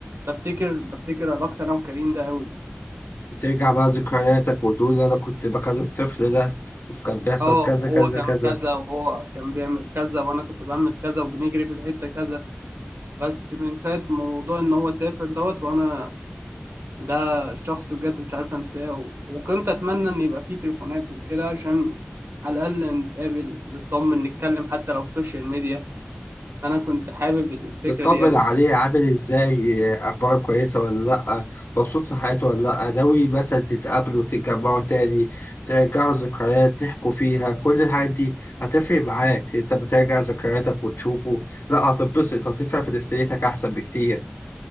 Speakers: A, on the right; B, on the left.
A: بفتكر بفتكر علاقتي انا وكريم ده قوي
B: بترجع بقى ذكرياتك وتقول انا كنت بكره الطفل ده وكان بيحصل
A: اه
B: كذا
A: وهو
B: كذا
A: كان
B: كذا
A: كذا وهو كان بيعمل كذا وانا كنت بعمل كذا وبنجري في الحتة كذا بس من ساعة موضوع ان هو سافر دوت وانا ده شخص بجد مش عارف انساه و- وكنت اتمنى ان يبقى فيه تليفونات وكده عشان على الاقل نتقابل نطمن نتكلم حتى لو في السوشيال ميديا فانا كنت حابب الفكرة
B: تطمن
A: دي قوي
B: عليه عامل ازاي اخباره كويسه ولا لا مبسوط في حياته ولا لا ناوي مثلا تتقابلوا تتجمعوا تاني ترجعوا الذكريات تحكوا فيها كل الحاجات دي هتفرق معاك انت بتراجع ذكرياتك وتشوفه لا هتتبسط هتفرق في نفسيتك احسن بكتير